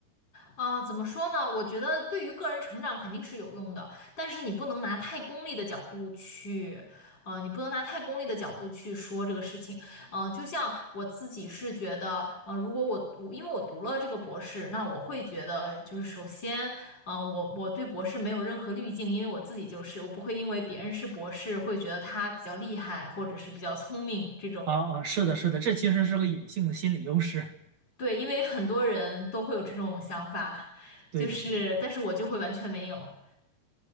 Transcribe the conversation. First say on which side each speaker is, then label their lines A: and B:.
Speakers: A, on the left; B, on the right.
A: 啊，怎么说呢？我觉得对于个人成长肯定是有用的，但是你不能拿太功利的角度去，呃，你不能拿太功利的角度去说这个事情。呃，就像我自己是觉得，呃，如果我我因为我读了这个博士，那我会觉得就是首先，呃，我我对博士没有任何滤镜，因为我自己就是，我不会因为别人是博士会觉得他比较厉害或者是比较聪明这种。
B: 啊啊，是的，是的，这其实是个隐性的心理优势。<laughs>
A: 对，因为很多人都会有这种想法，
B: 对的，
A: 就是，
B: 对的
A: 但是我就会完全没有。